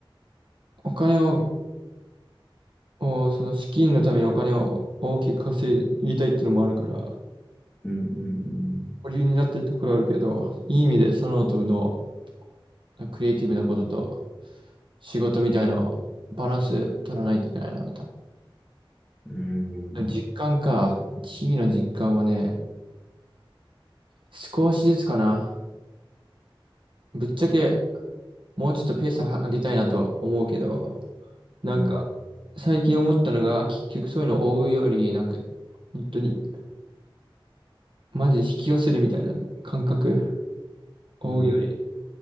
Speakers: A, on the right; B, in the centre.
A: お金を、をその資金のためにお金を大きく稼ぎたいっていうのもあるから、
B: うん、
A: 保留になってるところあるけど、いい意味で左脳と右脳、クリエイティブなことと仕事みたいなバランス取らないといけないな、みたいな。
B: うん、うん、
A: 実感か。日々の実感はね、少しずつかな。ぶっちゃけ、もうちょっとペースは上げたいなと思うけど、なんか、
B: うん、
A: 最近思ったのが、結局そういうのを追うより、なんか、本当に、マジで引き寄せるみたいな感覚、追うより、
B: うん、